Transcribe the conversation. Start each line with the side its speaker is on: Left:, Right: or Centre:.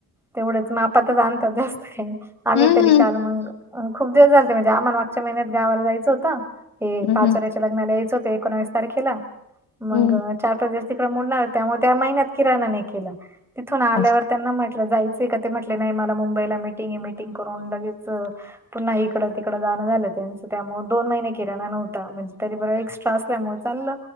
Centre: तेवढंच मपाातच आणतात, जास्त काही नाही आम्ही
Left: हम्म
Centre: तरी काल मंग अं खूप दिवस झालते म्हणजे आम्हा मागच्या महिन्यात गावाला जायचं होतं, हे
Left: हम्म
Centre: पाचोरयाचे लग्नाला यायचं होतं, एकोणावीस तारखेला मंग
Left: हम्म
Centre: अं चार पाच दिवस तिकडं मोडणार त्यामुळे त्या महिन्यात किराणा नाही केला, तिथून आल्यावर
Left: असं.
Centre: त्यांना म्हटलं जायचं ते का ते म्हटले नाही मला मुंबईला मिटिंग आहे, मिटिंग करून लगेच अं पुन्हा इकडं, तिकडं जाणं झालं त्यांच त्यामुळं दोन महिने किराणा नव्हता म्हणजे तरी बर एक्स एक्स्ट्रा असल्यामुळे चाललं